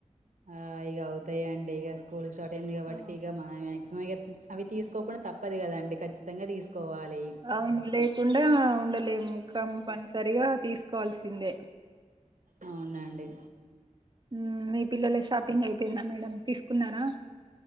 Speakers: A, on the right (about 90°); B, on the right (about 35°).
A: ఆ ఇగ అవుతాయండి ఇగ స్కూల్ స్టార్ట్ అయింది గాబట్టి
B: ఆ
A: ఇగ మన మ్యాక్సిమం ఇగ అవి తీస్కోకుండా తప్పదు గదండి ఖచ్చితంగా దీస్కోవాలి
B: అవును లేకుండా ఉండలేము కంపన్సరిగా తీస్కోవాల్సిందే
A: అవునండి
B: ఊ మీ పిల్లొల్ల షాపింగ్ అయిపేయిందా మేడం తీస్కున్నారా